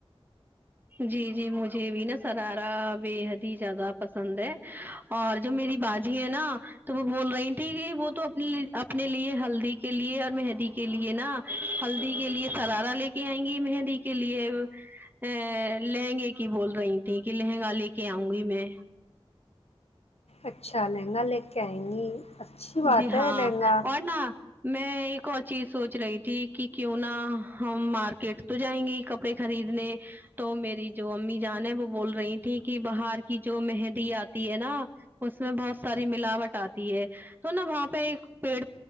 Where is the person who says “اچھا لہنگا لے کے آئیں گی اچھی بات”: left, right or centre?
Left